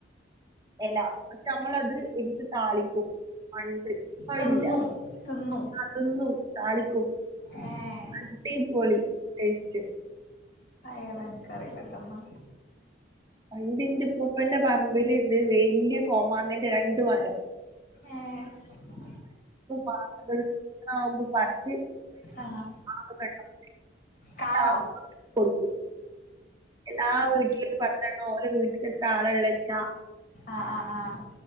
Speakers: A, on the right; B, on the left.
A: എല പക്ഷ നമ്മളത് എടുത്ത് താളിക്കും പണ്ട്, പ്പഅയ്ല്ല.
B: തിന്നും തിന്നും
A: തിന്നും താളിക്കും,
B: ഏഹ്
A: അടിപൊളി ടെസ്റ്റ്‌,
B: അയേതാ എനിക്കറില്ലട്ടോ ന്നാ,
A: പണ്ട്, ന്റെപ്പ്പന്റെ പറമ്പിൽണ്ട് വലിയ കോമാങ്ങന്റെ രണ്ട് മരം,
B: ഏ ഹ്,
A: മാങ്ങകൾ ഇണ്ടാവുമ്പോ പറിച്ച് <unintelligible>
B: ആഹ്
A: കുറെ <unintelligible>
B: കാറോ
A: കൊടുക്കൂ <inaudible> എല്ലാ വീട്ടിലും ഒര് പത്തെണ്ണം ഓരോ വീട്ടില എത്ര ആളെള്ള വെച്ചാ,
B: ആഹ് ആഹ് ആഹ്,